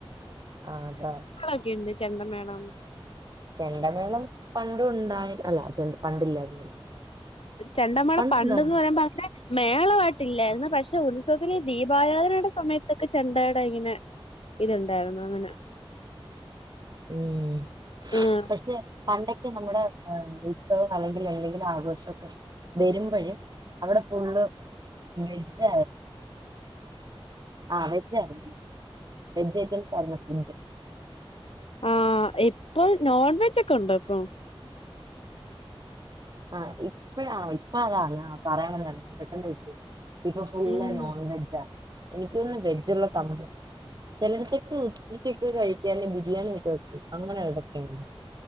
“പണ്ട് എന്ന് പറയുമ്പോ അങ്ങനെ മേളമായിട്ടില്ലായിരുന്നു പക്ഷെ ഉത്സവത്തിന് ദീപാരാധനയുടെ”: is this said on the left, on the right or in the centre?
Left